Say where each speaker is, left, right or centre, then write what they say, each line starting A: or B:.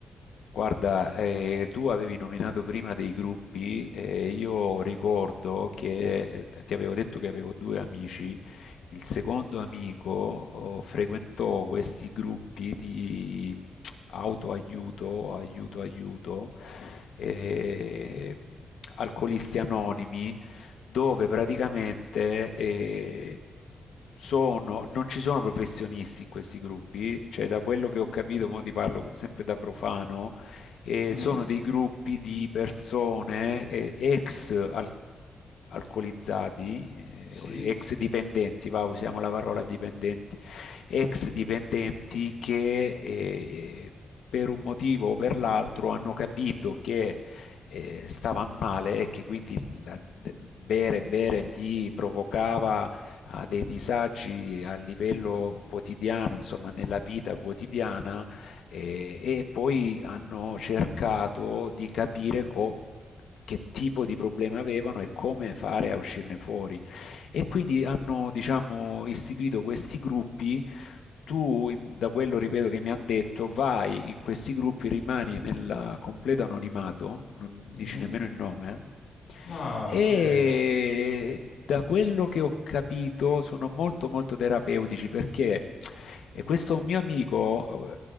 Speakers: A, on the left; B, on the left.
A: Guarda, eh, tu avevi nominato prima dei gruppi e io ricordo che eh, ti avevo detto che avevo due amici. Il secondo amico oh, frequentò questi gruppi di autoaiuto, aiuto, aiuto, eh, alcolisti anonimi dove praticamente eh, sono, non ci sono professionisti in questi gruppi, cioè da quello che ho capito, mo ti parlo sempre da profano, eh,
B: Mm?
A: sono dei gruppi di persone eh, ex al- alcolizzati, eh,
B: Sì?
A: ex dipendenti, va, usiamo la parola dipendenti, ex dipendenti che eh, per un motivo o per l'altro hanno capito che eh, stava male e che quindi la- le- bere bere gli provocava eh, dei disagi a livello quotidiano, insomma nella vita quotidiana eh, e poi hanno cercato di capire co- che tipo di problema avevano e come fare a uscirne fuori. E quindi hanno, diciamo, istituito questi gruppi tu, in- da quello ripeto che mi hanno detto, vai in questi gruppi, rimani nel completo anonimato, non
B: Mhm.
A: dici nemmeno il nome, eh?
B: Ah,
A: e
B: ok.
A: da quello che ho capito sono molto molto terapeutici perché e questo mio amico,